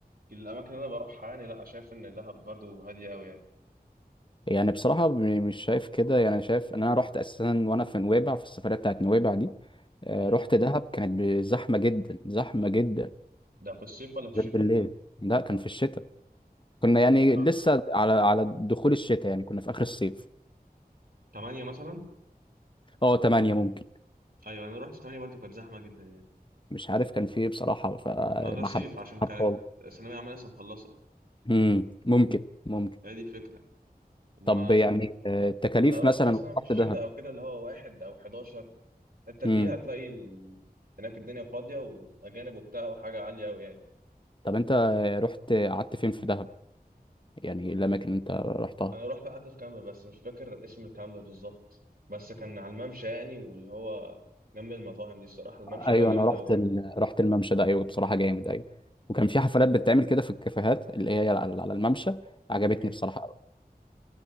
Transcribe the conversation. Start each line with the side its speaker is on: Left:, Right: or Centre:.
Right: الاماكن اللي انا بروحها يعني لا شايف ان دهب برضو هاديه قوي يعني
Left: يعني بصراحة م- مش شايف كده يعني شايف إن أنا رحت أساسا وأنا في نويبع في السفرية بتاعت نويبع دي آه،
Right: امم
Left: رحت دهب كانت ب- زحمة جدا زحمة جدا
Right: ده في الصيف ولا في الشتاء
Left: غير بالليل لا كان في الشتاء كنا يعني
Right: اه
Left: لسه على على دخول الشتاء يعني كنا في اخر الصيف
Right: 8 مثلا
Left: اه 8 ممكن
Right: ايوه انا رحت في 8 برضو كانت زحمه جدا يعني
Left: مش عارف كان في ايه بصراحه فما
Right: ما ده صيف
Left: حبيتش
Right: عشان كانت
Left: العب خالص
Right: ثانويه عامه لسه مخلصه
Left: امم ممكن ممكن
Right: هي دي الفكره انما
Left: طب يعني آه، التكاليف
Right: لو رحت
Left: مثلا
Right: مثلا في
Left: رحت
Right: الشتاء
Left: دهب
Right: او كده اللي هو واحد او 11 الحته
Left: امم
Right: دي هتلاقي ال... هناك الدنيا فاضيه واجانب وبتاع وحاجه عاليه قوي يعني
Left: طب انت آه، رحت قعدت فين في دهب يعني إيه الاماكن اللي انت رحتها
Right: انا رحت قعدت في كامب بس مش فاكر اسم الكامب بالظبط بس كان على الممشى يعني واللي هو جنب المطاعم دي الصراحه الممشى
Left: ايوه
Right: ده جامد
Left: انا رحت
Right: قوي يعني
Left: ال... رحت الممشى ده ايوه بصراحه جامد ايوه وكان في حفلات بتتعمل كده في الكافيهات اللي هي على على الممشى عجبتني
Right: امم
Left: بصراحه قوي